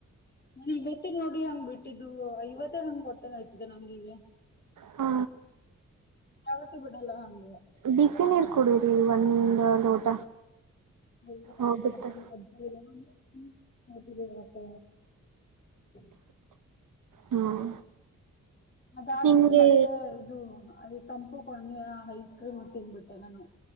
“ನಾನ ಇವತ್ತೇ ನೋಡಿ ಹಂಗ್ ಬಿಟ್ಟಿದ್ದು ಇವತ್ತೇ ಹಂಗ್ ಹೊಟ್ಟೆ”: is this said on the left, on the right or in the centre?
Left